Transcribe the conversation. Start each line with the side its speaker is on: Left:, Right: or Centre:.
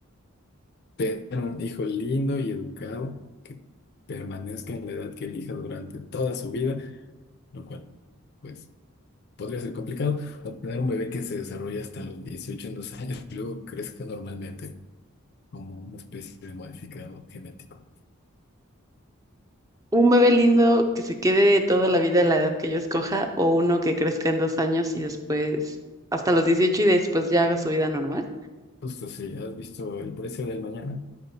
Left: Tener un hijo lindo y educado que permanezca en la edad que elija durante toda su vida, lo cual. Pues podría ser complicado, obtener un bebé que se desarrolle hasta los 18 en dos años y luego crezca normalmente como una especie de modificado genético.
Right: ¿Un bebé lindo que se quede toda la vida a la edad que yo escoja o uno que crezca en dos años y después hasta los 18 y después ya haga su vida normal?
Left: Justo sí, has visto el precio del mañana.